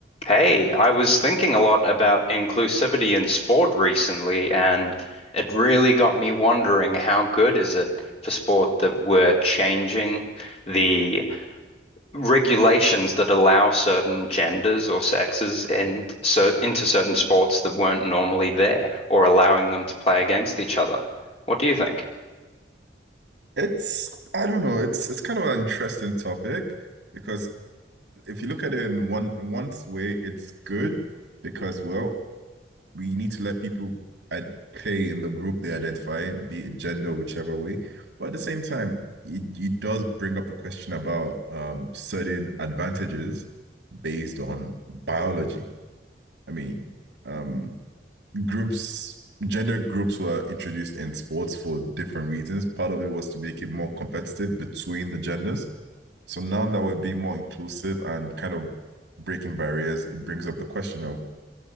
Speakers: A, on the left; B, on the right.
A: Hey, I was thinking a lot about inclusivity in sport recently, and it really got me wondering how good is it for sport that we're changing the regulations that allow certain genders or sexes in, so, into certain sports that weren't normally there or allowing them to play against each other. What do you think?
B: It's I don't know. It's it's kind of an interesting topic because if you look at it in one in one way, it's good because well, we need to let people ad- play in the group they identify, be it gender, whichever way. But at the same time, it, it does bring up a question about um certain advantages based on biology. I mean, um, groups gender groups were introduced in sports for different reasons. Part of it was to make it more competitive between the genders. So now that we're being more inclusive and kind of breaking barriers, it brings up the question of